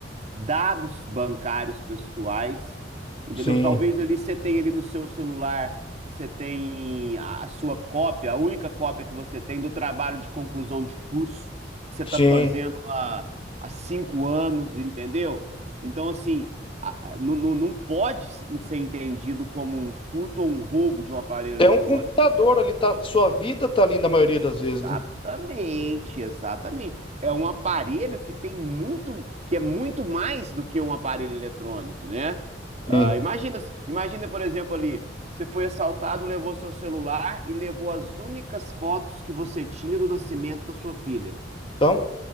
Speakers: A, on the right; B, on the left.
A: dados bancários pessoais, entendeu?
B: sim,
A: Talvez ali você tenha ali no seu celular, você tem a, a sua cópia, a única cópia que você tem do trabalho de conclusão de curso que você está
B: sim.
A: fazendo há, há cinco anos, entendeu? Então, assim, a- a- não, não não pode ser entendido como um furto ou um roubo de um aparelho
B: É
A: eletrônico.
B: um computador ali, tá, sua vida tá ali na maioria
A: Exatamente,
B: das vezes, né?
A: exatamente. É um aparelho que tem muito, que é muito mais do que um aparelho eletrônico, né? Ah,
B: Sim.
A: imagina, imagina, por exemplo, ali, você foi assaltado, levou seu celular e levou as únicas fotos que você tinha do nascimento da sua filha.
B: Então,